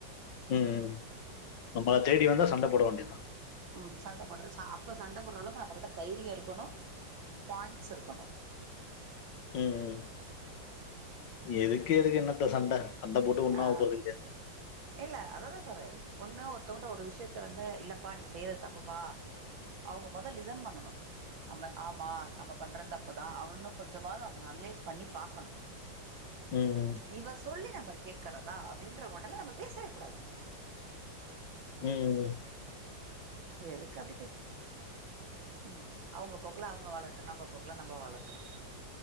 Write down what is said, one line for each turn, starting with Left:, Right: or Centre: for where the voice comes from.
Left: ம்ம் நம்பள தேடி வந்தா சண்ட போட வேண்டியதுதா
Right: ம் சண்ட போடுற சா அப்ப சண்ட போடுற அளவுக்கு நம்பகிட்ட தைரியே இருக்கணு பாயிண்ட்ஸ் இருக்கணு
Left: ம்ம் எதுக்கு எதுக்கு என்னத்த சண்ட அந்த போட்டு ஒன்னு
Right: ஆ
Left: ஆவ போறது கிடையாது.
Right: இல்ல அததா சொல்றே ஒண்ணு ஒர்த்தவங்கட்ட ஒரு விஷயத்த வந்து இல்லப்பா நீ செய்றது தப்புப் பா அவங்க மொதல் லிசன் பண்ணனு நம்ம ஆமா நம்ப பண்ற தப்புதா அவனு கொஞ்சமாவது அவங்க அனலைஸ் பண்ணி பாக்கணு
Left: ம்
Right: ம்ச் இவ சொல்லி நம்ம கேக்குறதா அப்டின்ற <unintelligible> பேசவே கூடாது.
Left: ம்ம்
Right: எதுக்கு அப்டி பேசிட்டு ம் அவங்க போக்குல அவங்க வாழட்டு, நம்ப போக்குல நம்ப வாழட்டு